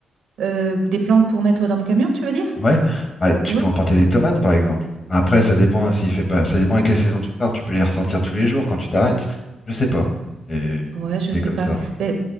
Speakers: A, on the right; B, on the left.
A: Euh, des plantes pour mettre dans mon camion, tu veux dire?
B: Ouais, bah, tu
A: Ouais.
B: peux emporter des tomates par exemple. Après, ça dépend hein, s'il fait pas, ça dépend à quelle saison tu pars. Tu peux les ressortir tous les jours quand tu t'arrêtes. Je sais pas. C'est
A: Ouais, je
B: c'est
A: sais
B: comme
A: pas.
B: ça.
A: Ben,